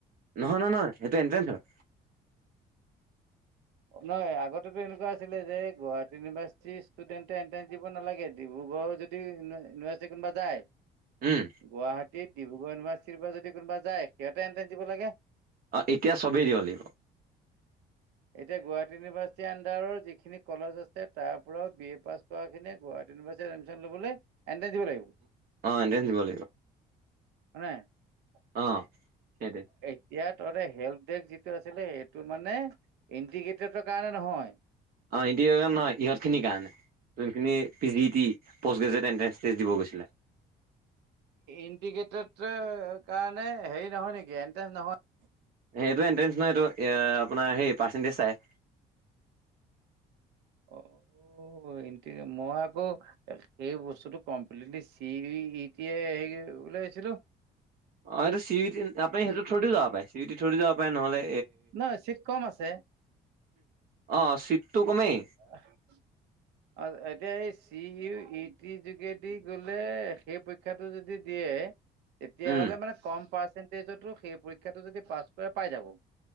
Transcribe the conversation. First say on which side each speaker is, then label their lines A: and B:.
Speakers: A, on the right (about 60°); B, on the right (about 85°).
A: নহয় নহয় নহয় সেইটো এট্ৰেন্ঞ্চ হয়।
B: নহয় আগতেতো এনেকুৱা আছিলে যে গুৱাহাটী ইউনিভাৰ্চিটিৰ ষ্টুডেণ্টে এন্ট্ৰেন্ঞ্চ দিব নালাগে। ডিব্ৰুগড়ৰ <unintelligible> কোনোবা যায়
A: উম
B: গুৱাহাটীত ডিব্ৰুগড় ইউনিভাৰ্চিটিৰ পৰা যদি কোনোবা যায়, সিহঁতে এন্ট্ৰেন্ঞ্চ দিব লাগে।
A: অ এতিয়া চবেই দিব লাগিব।
B: এতিয়া গুৱাহাটী ইউনিভাৰ্চিটি আন্দাৰৰ যিখিনি কলেজ আছে তাৰ পৰা বি এ পাছ কৰা খিনিয় গুৱাহীটি ইউনিভাৰ্চিটি এডমিছন ল'বলৈ এণ্ট্ৰস দিব লাগিব।
A: অ'এণ্ট্ৰেন্স দিব লাগিব।
B: <unintelligible>
A: অ' সেইটোৱে।
B: এতিয়াত তহতে হেল্প ডেক যিটো আছিলে, সেইটো মানে ইণ্টিগ্ৰেটেডৰ কাৰণে নহয়।
A: অ' ইণ্টিগ্ৰেটেড নহয় ইহঁত খিনিৰ কাৰণে। যোনখিনি P G E T post graduate entrance test দিব গৈছিলে।
B: ইণ্টিগ্ৰেটেড কাৰণে হেৰি নহয় নেকি এণ্ট্ৰেঞ্চ নহয়
A: সেই এইটো এণ্ট্ৰেন্ঞ্চ নহয়। এইটো এ আপোনাৰ হে পাৰ্চেণ্টেজ চাই।
B: অ' এইটো মই আকৌ সেই বস্তুটো কমপ্লিটলি চি ইটি হেৰি উলাইছিলো।
A: অ' এইটো চি ই তি তাতে সেইটো
B: চি-
A: থৈ দি যাব পাৰে, চিউটি থৰি যাব পাৰে নহ'লে
B: নহ চিট কম আছে।
A: অ চিটটো কমেই
B: <inaudible> এতিয়া এই চি ইউ ইটি যোগেদি গ'লে সেই শিক্ষাটো যদি দিয়ে তেতিয়া
A: উম
B: হ'লে মানে কম পাৰ্চেন্টেজতো সেই পৰীক্ষাটো য পাছ কৰে পাই যাব।